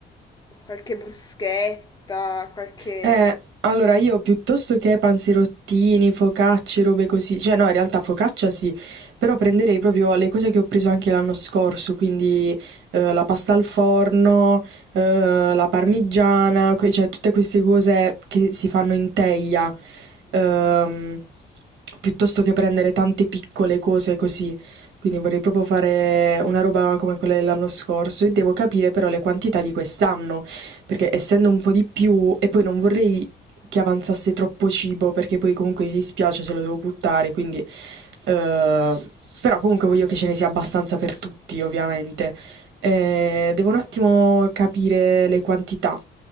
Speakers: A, on the left; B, on the right.
A: qualche bruschetta, qualche...
B: Eh, allora io piuttosto che panzerottini, focacce, robe così, cioè no, in realtà focaccia sì, però prenderei proprio le cose che ho preso anche l'anno scorso, quindi eh, la pasta al forno, eh, la parmigiana, que- cioè tutte queste cose che si fanno in teglia, ehm, piuttosto che prendere tante piccole cose così. Quindi vorrei proprio fare una roba come quella dell'anno scorso e devo capire però le quantità di quest'anno, perché essendo un po' di più e poi non vorrei che avanzasse troppo cibo perché poi comunque mi dispiace se lo devo buttare, quindi eh, però comunque voglio che ce ne sia abbastanza per tutti, ovviamente. Eh, devo un attimo capire le quantità.